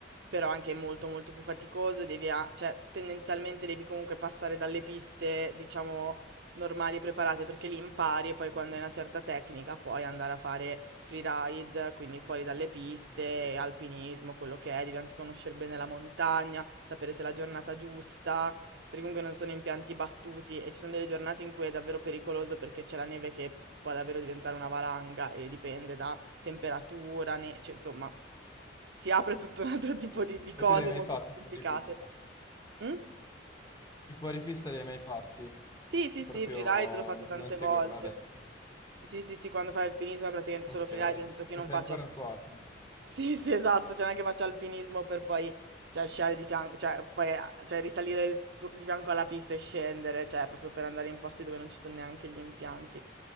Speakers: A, on the right (about 65°); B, on the left (about 20°).
A: però anche molto molto più faticoso e devi a- cioè tendenzialmente devi comunque passare dalle piste, diciamo, normali e preparate perché li impari e poi
B: sì,
A: quando hai una certa tecnica puoi andare a fare freeride, quindi fuori dalle piste,
B: esatto.
A: alpinismo, quello che è, devi anche conoscere bene la montagna, sapere se è la giornata giusta, perché comunque non sono impianti battuti e ci sono delle giornate in cui è davvero pericoloso perché c'è la neve che può davvero diventare una valanga e dipende da temperatura, ne cioè insomma, si apre tutto un altro tipo di, di cose
B: E tu li hai
A: molto
B: mai fatti
A: più complicate.
B: fuori pista?
A: Mh?
B: I fuori pista li hai mai fatti?
A: Sì, sì, sì,
B: Proprio
A: freeride l'ho fatto
B: n-
A: tante
B: non segue...
A: volte.
B: Vabbè, capito.
A: Sì, sì, sì, quando fai alpinismo è praticamente
B: ok.
A: solo freeride,
B: E
A: nel senso che io non
B: c'è
A: faccio...
B: ancora
A: alp-
B: qua. quindi.
A: Sì, sì, esatto, cioè non è che faccio alpinismo per poi, cioè, sciare di fianco, cioè, poi, eh, cioè, risalire su- di fianco alla pista e scendere, cioè, proprio per andare in posti dove non ci sono neanche gli impianti,